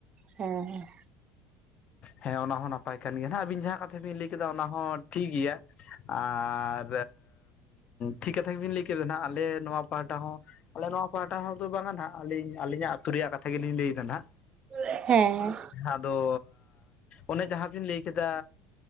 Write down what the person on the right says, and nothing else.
ᱦᱮᱸ ᱦᱮᱸ᱾
<unintelligible> ᱦᱮᱸ᱾